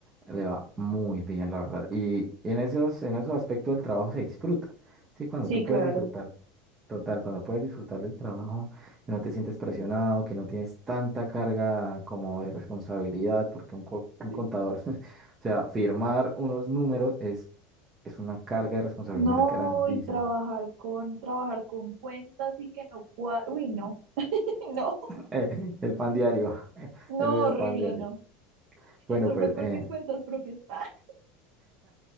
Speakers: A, on the right; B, on the right.
A: le va muy bien, la verdad. Y en esos, en esos aspectos del trabajo se disfruta, ¿sí? Cuando
B: Sí,
A: tú puedes
B: claro.
A: disfrutar, total, cuando puedes disfrutar del trabajo, que no te sientes presionado, que no tienes tanta carga como de responsabilidad, porque un, co- un
B: sí.
A: contador... <laughs> O sea, firmar unos números es, es una carga de responsabilidad
B: No,
A: grandísima.
B: y trabajar
A: <laughs>
B: con, trabajar con cuentas y que no cua- uy, no, <laughs> no,
A: Eh, el pan diario, <laughs> ese
B: no,
A: es el
B: horrible,
A: pan diario.
B: no. Yo
A: Bueno,
B: sufro
A: pues
B: con
A: eh,
B: mis cuentas propias. <laughs>